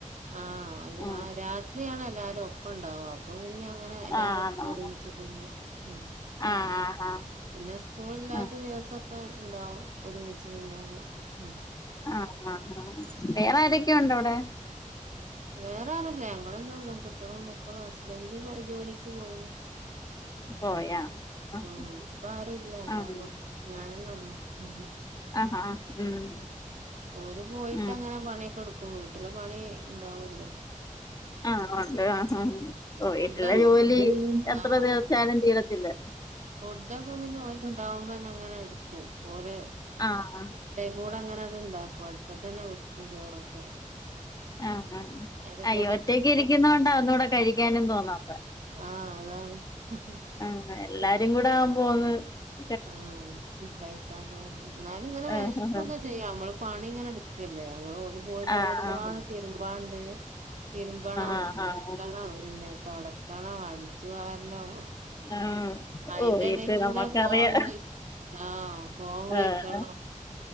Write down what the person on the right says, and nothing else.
ആ ഓല്
ആ രാത്രിയാണ എല്ലാരും ഒപ്പം ഉണ്ടാവ അപ്പം പിന്നെ അങ്ങനെ എല്ലാരും
ഒപ്പം
ഒരുമിച്ച് കുന്നു ഉം
പിന്നെ സ്കൂൾ ഇല്ലാത്ത
ദിവസൊക്കെ ഇണ്ടാവും ഒരുമിച്ച് തിന്നാന്. ഉം
വേറെ ആരുല്ല ഞങ്ങളെന്നെ ഉള്ളൂ കുട്ടിളും മക്കളും ഹസ്ബൻന്റ് ജോലിക്ക് പോയിണ്.
ആ ഇപ്പ ആരുല്ല ഞങ്ങളെന്നെ
ഉള്ളു. ഞാനന്നെ ഉള്ളു ഉം
ഓര് പോയിട്ട്
അങ്ങനെ പണിയൊക്കെ എടുക്കും വീട്ടിലെ പണി ഇണ്ടാവല്ലോ
ഫുഡൊക്കെ
പിന്നെ
ആഹ്
ഫുഡൊക്കെ പിന്നെ ഓലണ്ടാവുമ്പോന്നെ അങ്ങനെ എടുക്കും ഓലെ
കൂടെ അങ്ങനെ ഇണ്ടാക്കും അടുപ്പ തന്നെ വെക്കും ചോറൊക്കെ
അയിന്റെ
കൂട്ടത്തി
ആഹ് അതാണ്
ആഹ് കഴിക്കാൻതോന്നും ന്നാലും ങ്ങനെ വിഷൊക്കെ
ചെയ്യാം നമ്മള് പണി ഇങ്ങനെ എടുക്കല്ലേ നമ്മ പോയിട്ട്
ഒരുപാട്
തിരുമ്പാണ്ട് തിരുമ്പണം
വെക്കണം പിന്നെ തുടക്കണം അടിച്ചു കാരണം
അയിന്റെ
ഇടക്ക്
കൂടെ ഫോൺ വിള ആഹ ഫോം വിളിക്കണം